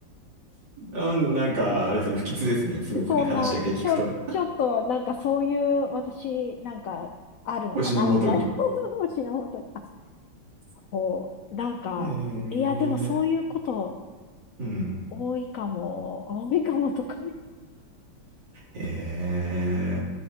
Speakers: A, on the right; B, on the left.
A: うん、なんか、あれですね、不吉ですね。すごくね、
B: <laughs> そんな、
A: 話だけ聞くと。
B: ちょ、ちょっと、なんかそういう、私、なんか、あるのかな、
A: 星のもとに。
B: みたいな。<laughs> 私の本当に、<laughs> あ、こう、なんか、
A: へえ。
B: いや、でもそういうこと
A: うん。
B: 多いかも、多いかもとか、
A: へえ。